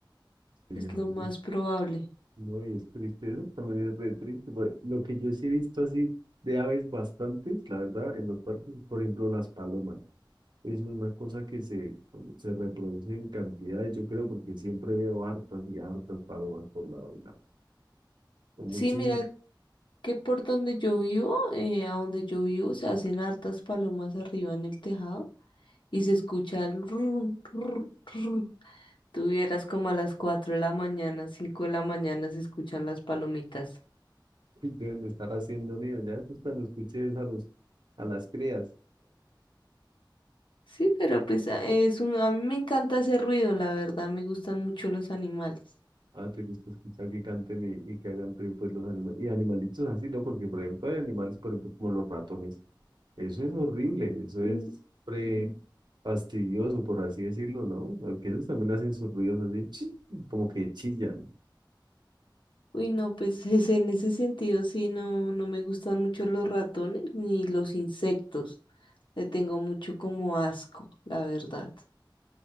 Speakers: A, on the right; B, on the left.
A: Sí,
B: Es
A: no,
B: lo más
A: es-
B: probable.
A: no, y es triste, eso también es re triste. pues, Lo que yo sí he visto así de aves bastantes, la verdad, en los parques, por ejemplo, las palomas. Es una cosa que se, como se reproduce en cantidades, yo creo, porque siempre veo hartas y hartas palomas por lado y lado. Son
B: Sí,
A: muchísimas.
B: mira que por donde yo vivo, eh, a donde yo vivo, se hacen hartas palomas arriba en el tejado. y se escucha el rum, rum, rum. Tú como a las 4 de la mañana, 5 de la mañana se escuchan las palomitas.
A: Uy, Deben de estar haciendo nido. Ya después cuando escuches a los, a las crías,
B: Sí, pero pues a- es un, a mí me encanta ese ruido, la verdad, me gustan mucho los animales.
A: ah, te gusta escuchar que canten y, y que hagan ruido pues los animales. Y animalitos así, ¿no? Porque por ejemplo hay animales, por ejemplo, como los ratones. Eso es horrible, eso
B: Mm,
A: es pre
B: mm.
A: fastidioso, por así decirlo, ¿no? Porque esos también hacen sus ruidos así, chi, como que chillan.
B: Uy, no, pues es- en ese sentido sí, no, no me gustan mucho los ratones ni los insectos. Le tengo mucho como asco, la verdad.